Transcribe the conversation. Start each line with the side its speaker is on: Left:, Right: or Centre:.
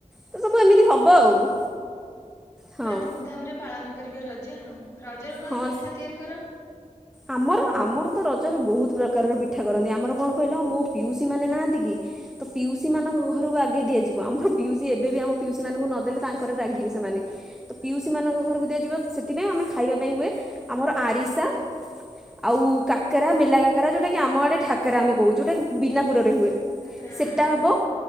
Centre: ତ ସବୁ ଏମିତି ହବ
Left: ହଁ
Centre: ଆଉ ହଁ
Left: ପୁରା ଧୁମଧାମ ରେ ପାଳନ କରିବି ରଜ ଯା ହଉ। ରଜର କଣ
Centre: ହଁ
Left: ପିଠା ତିଆରି କର?
Centre: ଆମର ଆମର ତ ରଜରେ ବହୁତ ପ୍ରକାରର ପିଠା କରନ୍ତି ଆମର କଣ କହିଲ ମୋ ପିଉସୀ ମାନେ ନାହାନ୍ତି କି ପିଉସୀ
Left: ହୁଁ
Centre: ମାନଙ୍କ ଘରକୁ ଆଗେ ଦିଆ ଯି ଆମର ପିଉସି ଏବେ ବି ଆମ ପିଉସି ମାନଙ୍କୁ ନ ଦେଲେ ତାଙ୍କରେ ରାଗିବେ ସେମାନେ। ତ ପିଉସୀ
Left: ହୁଁ
Centre: ମାନଙ୍କ ଘରକୁ ଦିଆଯିବ ସେଥିପାଇଁ ସେଥିପାଇଁ ଆମେ ଖାଇବା ପାଇଁ ହୁଏ ଆମର ଆରିସା ଆଉ କାକରା ମେଲା କାକରା ଯୋଉଟା କି ଆମ ଆଡେ ଠାକେରା ଆମେ କହୁ ଯୋଉଟ ବିନା ପୁର ହୁଏ
Left: ଠାକରା ହଁ
Centre: ସେଟା
Left: ହଁ
Centre: ହବ